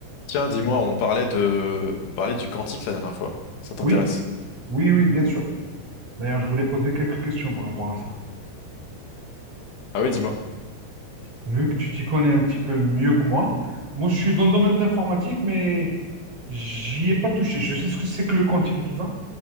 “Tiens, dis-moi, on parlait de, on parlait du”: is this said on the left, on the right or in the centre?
Left